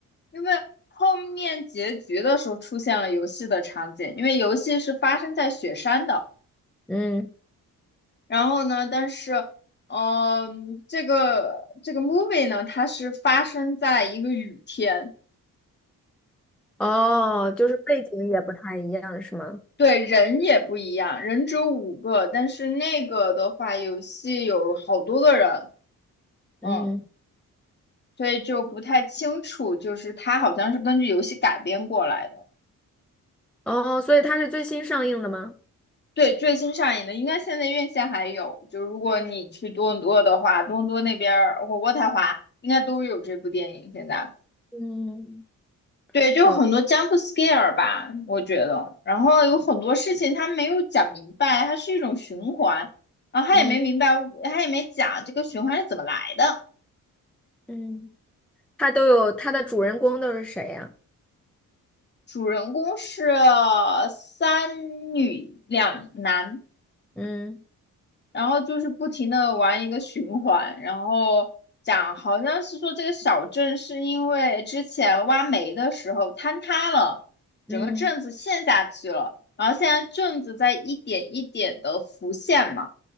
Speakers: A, on the left; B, in the centre.
A: 因为后面结局的时候出现了游戏的场景，因为游戏是发生在雪山的。
B: 嗯，
A: 然后呢，但是，嗯、这个这个 movie 呢，它是发生在一个雨天。
B: 哦，就是背景也不太一样，是吗？
A: 对，人也不一样，人只有五个，但是那个的话，游戏有好多个人，嗯，
B: 嗯
A: 所以就不太清楚，就是它好像是根据游戏改编过来的。
B: 哦，所以它是最新上映的吗？
A: 对，最新上映的，应该现在院线还有，就如果你去多伦多的话，多伦多那边儿或渥太华应该都有这部电影现在。
B: 嗯，
A: 对，就很多
B: 好，
A: jump scare 吧，我觉得。然后有很多事情他没有讲明白，它是一种循环，然后他也没明白，
B: 嗯
A: 他也没讲这个循环是怎么来的。
B: 嗯它都有它的主人公都是谁呀？
A: 主人公是三女两男，
B: 嗯
A: 然后就是不停的玩一个循环，然后讲好像是说这个小镇是因为之前挖煤的时候坍塌了，
B: 嗯
A: 整个镇子陷下去了，然后现在镇子在一点一点的浮现嘛，